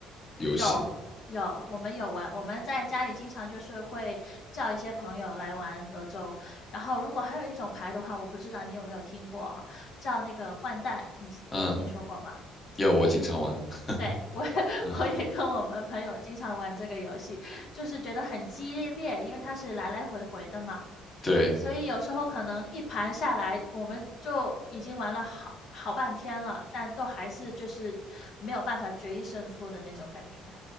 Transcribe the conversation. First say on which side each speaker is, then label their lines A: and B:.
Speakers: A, on the left; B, on the left.
A: 游戏？
B: 有有，我们有玩，我们在家里经常就是会叫一些朋友来玩德州，然后如果还有一种牌的话，我不知道你有没有听过啊，叫那个掼蛋，你知你有听说过吗？
A: 嗯，有，我经常玩。<laughs>
B: 对，我也 <laughs>
A: 嗯，
B: 我也跟我们朋友经常玩这个游戏，就是觉得很激烈，因为它是来来回回的嘛，
A: 对，
B: 所以有时候可能一盘下来，我们就已经玩了好好半天了，但都还是就是没有办法决一胜负的那种感觉